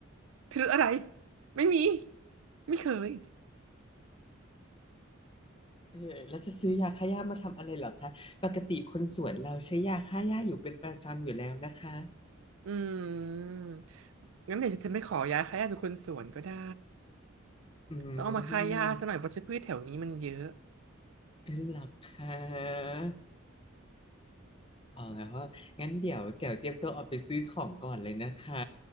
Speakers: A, on the right (about 80°); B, on the left (about 25°).
A: พิรุธอะไรไม่มีไม่เคย
B: เออแล้วจะซื้อยาฆ่าหญ้ามาทำอะไรเหรอคะปกติคนสวนเราใช้ยาฆ่าหญ้าอยู่เป็นประจำอยู่แล้วนะคะ
A: อืมงั้นเดี๋ยวฉันไปขอยาฆ่าหญ้าจากคนสวนก็ได้
B: อืม
A: ต้องเอามาฆ่าหญ้าซะหน่อยเพราะพืชแถวนี้มันเยอะ
B: เออเหรอคะอ๋องั้นว่างั้นเดี๋ยวแจ๋วเตรียมตัวออกไปซื้อของก่อนเลยนะคะ